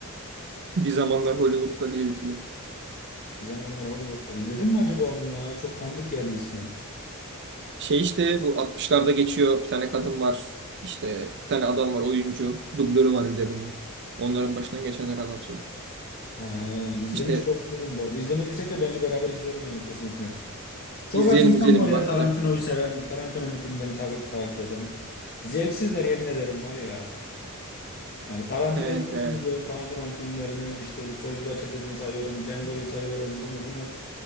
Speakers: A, on the right; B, on the left.
A: Bir Zamanlar Hollywood'da diye bir film.
B: Bir zamanlar Hollywood'da. İzledin mi acaba onu ya? Çok tanıdık geldi ismi.
A: Şey işte bu 60'larda geçiyor. Bir tane kadın var. İşte bir tane adam var oyuncu. Dublörü var bir de bunun. Onların başından geçenleri anlatıyor.
B: Ha, izlemiş
A: İşte
B: de olabilirim bu arada. İzlemediysek de bence beraber izlerim yani kesinlikle. Çok
A: izleyelim
B: az insan
A: izleyelim
B: var
A: bir
B: ya
A: vakitte.
B: Tarantino'yu seven, Tarantino'nun filmlerini takip, takip eden. Zevksizler yemin ederim var ya. Yani Tarantino
A: Evet
B: izledim
A: evet.
B: mi diyorum Tarantino'nun filmlerini işte Soyuzlar Çetesi'ni sayıyorum, Django'yu sayıyorum, bunu bunu.